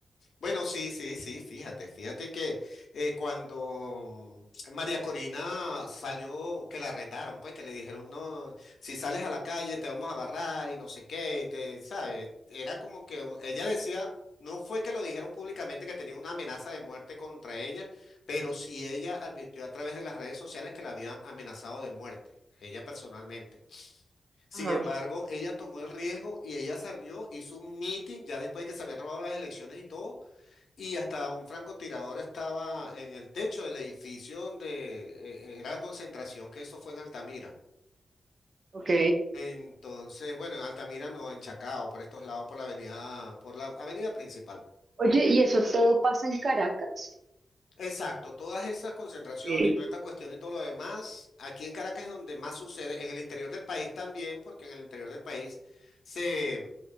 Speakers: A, on the left (about 85°); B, on the right (about 50°).
A: bueno, sí, sí, sí, fíjate, fíjate que eh, cuando María Corina salió, que la retaron, pues que le dijeron, no, si sales a la calle te vamos a agarrar y no sé qué, y te, ¿sabes? Era como que u- ella decía, no fue que lo dijeron públicamente que tenía una amenaza de muerte contra ella, pero sí ella advirtió a través de las redes sociales que la habían amenazado de muerte, ella personalmente. Sin
B: Ajá,
A: embargo, ella tomó el riesgo y ella salió, hizo un meeting ya después de que se habían robado las elecciones y todo, y hasta un francotirador estaba en el techo del edificio donde eh, era la concentración, que eso fue en Altamira.
B: ok.
A: Entonces, bueno, en Altamira no, en Chacao, por estos lados, por la avenida, por la avenida principal.
B: Oye, ¿y eso todo pasa en Caracas?
A: Exacto, todas esas concentraciones,
B: Sí,
A: toda esta cuestión y todo lo demás, aquí en Caracas es donde más sucede, en el interior del país también, porque en el interior del país se